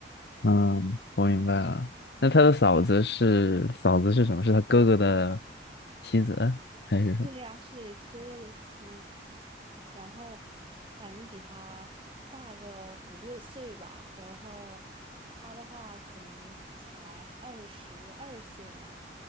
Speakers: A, on the left; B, on the right.
A: 嗯我明白了。那他的嫂子是嫂子是什么？是他哥哥的妻子还是什么？
B: 对呀，是哥哥的妻子，然后反正比他大个五六岁吧，然后他的话可能才二十二岁嘛，